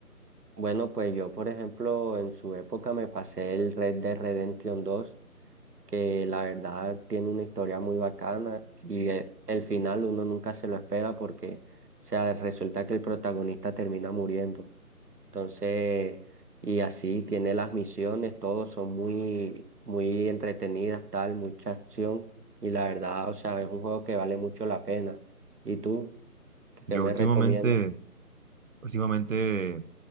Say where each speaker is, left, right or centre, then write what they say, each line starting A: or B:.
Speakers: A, on the right; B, on the right.
A: bueno, pues yo, por ejemplo, en su época me pasé el Red Dead Redemption dos que la verdad tiene una historia muy bacana y eh, el final uno nunca se lo espera porque, o sea, resulta que el protagonista termina muriendo. Entonces, y así tiene las misiones, todos son muy, muy entretenidas, tal, mucha acción y la verdad, o sea, es un juego que vale mucho la pena. ¿Y tú?
B: Yo
A: ¿Qué me
B: últimamente,
A: recomiendas?
B: últimamente